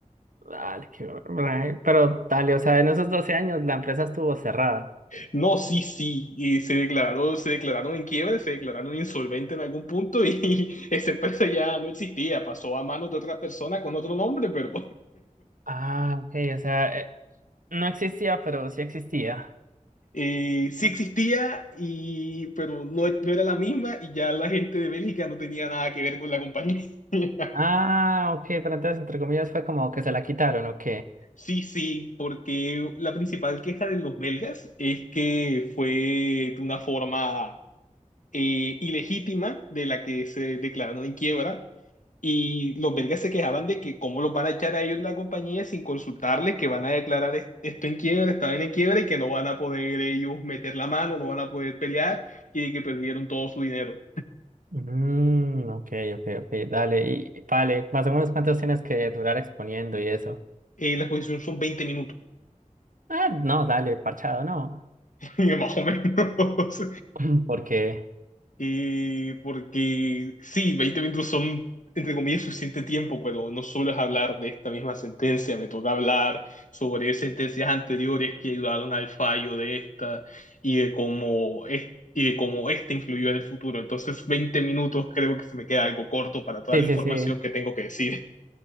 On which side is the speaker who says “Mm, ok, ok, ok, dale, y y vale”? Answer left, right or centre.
Right